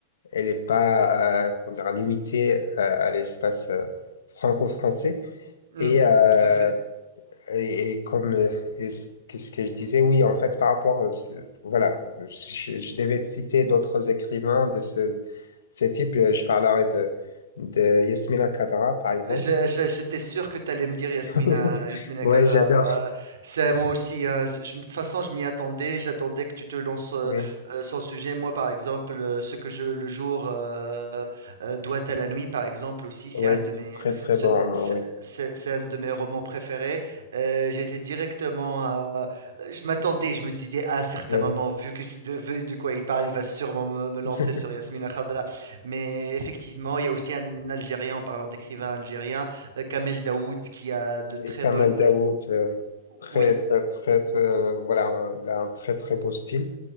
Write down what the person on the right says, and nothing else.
mm,
tout à fait.
Je- je- J'étais sûr que tu allais me dire Yasmina,
Yasmina
Kadra.
ouais. C'est moi aussi. hein, c'est- je- De toute façon, je m'y attendais. J'attendais que tu te lances euh,
euh, sans sujet. Moi, par exemple, euh, ce que je le jour euh, euh, doit à la nuit, par exemple, aussi, c'est
un de mes,
ce-
c'est
c'est- c'est un de mes romans préférés. Euh, j'étais directement. à- je m'attendais. Je me disais à un certain
moment, vu que c'est de, vu de quoi il parle, il va sûrement me, me lancer
sur Yasmina Khadra. Mais effectivement, il y a aussi un Algérien, en parlant d'écrivain algérien, euh, Kamel Daoud, qui a de très
bonnes...
Oui,